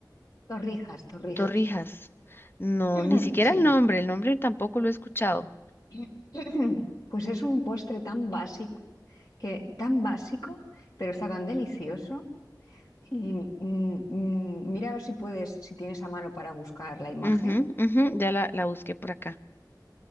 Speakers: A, on the left; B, on the left.
A: Torrijas, torrijas.
B: torrijas. No,
A: <clears throat>
B: ni siquiera
A: Sí.
B: el nombre, el nombre tampoco lo he escuchado.
A: <clears throat> Pues es un postre tan básico, que tan básico, pero está tan delicioso Y mm, mm, mm, mira a ver si puedes, si tienes a mano para buscar la imagen.
B: Ujú, ujú, ya la, la busqué por acá.